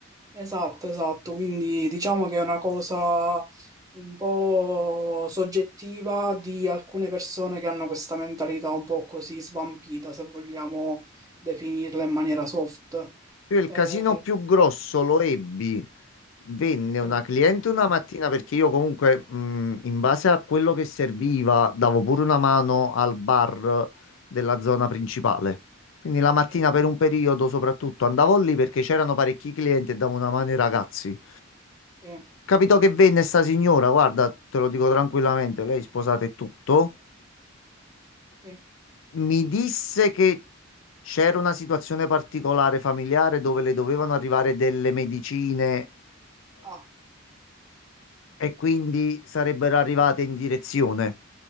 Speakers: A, on the right; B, on the left.
A: Esatto, esatto, quindi diciamo che è una cosa un po' soggettiva di alcune persone che hanno questa mentalità un po' così svampita, se vogliamo definirla in maniera soft.
B: Io il
A: Eh,
B: casino più grosso lo ebbi. Venne
A: sì,
B: una cliente una mattina perché io comunque, mh, in base a quello che serviva, davo pure una mano al bar della zona principale. Quindi la mattina
A: sì,
B: per un periodo soprattutto andavo lì perché c'erano parecchi clienti e davo una mano ai ragazzi.
A: sì,
B: Capitò che venne sta signora, guarda, te lo dico tranquillamente, lei è sposata e tutto.
A: sì.
B: Mi disse che c'era una situazione particolare familiare dove le dovevano arrivare delle medicine
A: Ah,
B: e quindi sarebbero arrivate in direzione.